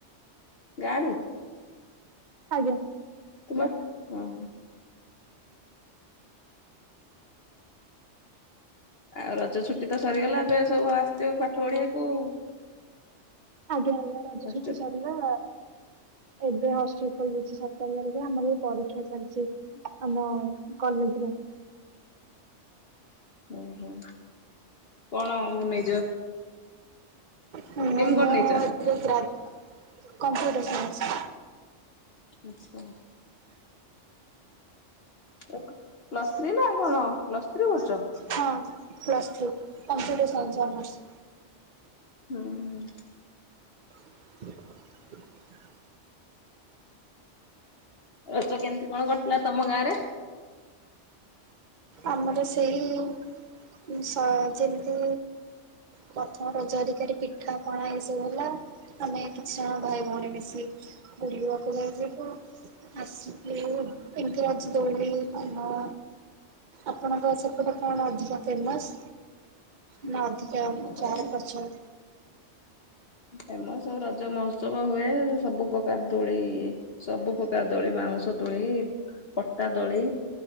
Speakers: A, on the left (about 55°); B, on the right (about 40°).
A: ଗାଁ ରୁ?
B: ଆଜ୍ଞା।
A: ତୁମ ହ ହ- ଆଉ ରଜ ଛୁଟି ତ ସରିଗଲା ଏବେ ସବୁ ଆସିଥିବ ପାଠ ପଢିବାକୁ?
B: ଆଜ୍ଞା ଆଜ୍ଞା ରଜ
A: ମାଷ୍ଟର
B: ଛୁଟି ସାରିଲା। ଏବେ ହଷ୍ଟେଲ ଖୋଲିଛି ସତର ତାରିଖ ଆମର ବି ପରୀକ୍ଷା ଚାଲିଛି। ଆମ କଲେଜେ ରେ।
A: ଓ ହୋ କଣ ବାନେଇଚ?
B: ହୁଁ
A: କଣ
B: ମୁଁ
A: ନେଇଛ?
B: ଏ ଗ୍ରା କମ୍ପ୍ୟୁଟର ସାଇନ୍ସ।
A: ଅଚ୍ଛା। ପ୍ଲୁସ ଥ୍ରୀ ନା କଣ ପ୍ଲୁସ ଥ୍ରୀ କରୁଛ?
B: ହଁ plus three computer science honours.
A: ହୁଁ ହୁଁ।
B: <inaudible>
A: ରଜ କେମିତି କଣ କଟିଲା ତମ ଗାଁରେ।
B: ଆମର ସେଇ ସ ଯେମିତି ପ୍ରଥମ ରଜ ହେରିକାରେ ପିଠା ପଣା ଏ ସବୁ ହେଲା। ଆମେ କିଛି ଜଣ ଭାଇ ଭଉଣୀ ମିଶି ବୁଲିବାକୁ ଯାଇଥିଲୁ। ଆସ ଏମିତିି ରାଜ ଦୋଳି ପାନ ଆପଣଙ୍କ ସେପଟେ କଣ ଅଧିକ ଫେମସ୍। ନା ଅଧିକା
A: ଆମ ଆଡେ
B: ଚାର ପଚାର।
A: ଫେମସ୍ ରଜ ମହୋତ୍ସବ ହୁଏ। ସବୁ ପ୍ରକାର ଦୋଳି ଇଏ ସବୁ ପ୍ରକାର ଦୋଳି ବାଉଁଶ ଦୋଳି ପଟା ଦୋଳି।